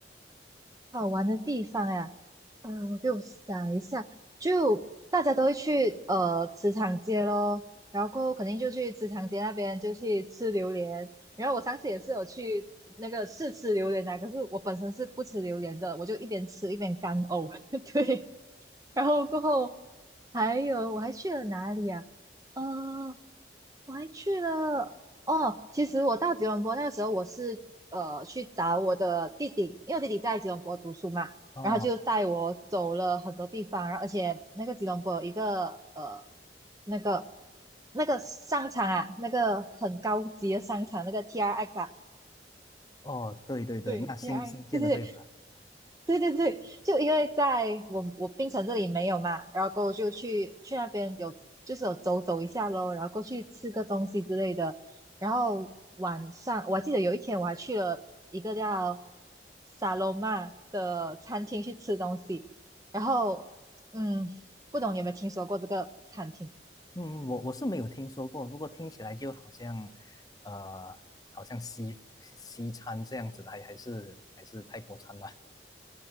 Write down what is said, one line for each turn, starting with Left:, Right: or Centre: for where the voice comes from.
Right: 好玩的地方呀，嗯、给我想一下，就大家都会去呃茨场街咯，然后肯定就去茨场街那边就去吃榴莲，然后我上次也是有去那个试吃榴莲的，可是我本身是不吃榴莲的，我就一边吃一边干呕，<laughs> 对，然后过后还有我还去了哪里啊？嗯。我还去了哦。其实我到吉隆坡那个时候，我是呃去找我的弟弟，因为我弟弟在吉隆坡读书嘛，
Left: 哦
Right: 然后就带我走了很多地方，然后而且那个吉隆坡有一个呃那个那个商场啊，那个很高级的商场，那个 TRX 啊，
Left: 哦，对对对，
Right: 对，
Left: 那新新建的对吧？
Right: t r x 对对对，对对对，就因为在我我槟城这里没有嘛，然后过后就去去那边有就是有走走一下咯，然后过去吃个东西之类的，然后晚上我还记得有一天我还去了一个叫萨罗曼的餐厅去吃东西，然后嗯，不懂你有没有听说过这个餐厅？
Left: 嗯，我我是没有听说过，不过听起来就好像，呃，好像西西餐这样子的，还还是还是泰国餐吧？